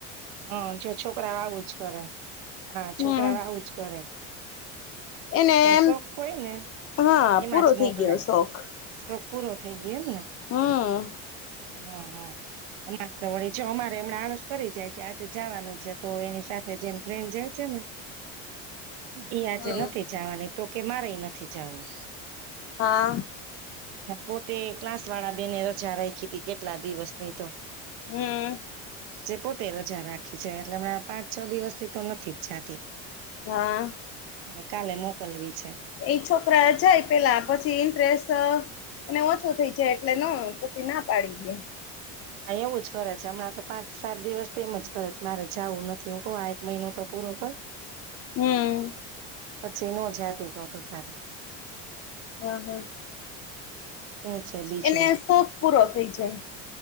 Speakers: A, on the right (about 75°); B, on the left (about 40°).
A: હા જો છોકરા આવું જ કરે હા
B: હમ
A: છોકરા આવું જ કરે
B: એને એમ
A: શોખ હોય ને
B: હા
A: એમાં
B: પૂરો
A: જ
B: થઈ
A: મોકલાય
B: ગયો શોખ
A: શોખ પૂરો થઈ ગયો એમ ને
B: હા
A: હા હા અમારે તો વળી જો અમારે જો હમણાં આળસ કરી જાય છે આજે જવાનું છે તો એની સાથે <unintelligible> જાય જોને ઈ આજે
B: હમ
A: નથી જાવાની તો કે મારે એ નથી જવું
B: હા
A: પોતે ક્લાસવાળા બેને જરાય કે કે કેટલા દિવસ નઈ તો
B: હમ્મ
A: જે પોતે રજા રાખી છે એટલે હમણાં પાંચ છ દિવસથી તો નથી જ જાતી.
B: હા
A: હવે કાલે મોકલવી છે.
B: એ છોકરા જાય પેલા પછી ઇન્ટરેસ્ટ એને ઓછો થઈ જાય એટલે નો પછી ના પાડી દે.
A: હા એવું જ કરે છે હમણાં તો પાંચ સાત દિવસ તેમજ કરે છે મારે જવું નથી હું કહ આ એક મહિનો તો પૂરો કર.
B: હમ્મ
A: પછી નો જાતિ <unintelligible> તારે
B: હા હા
A: શું છે બીજું
B: એને આ શોખ પૂરો થઈ જાય.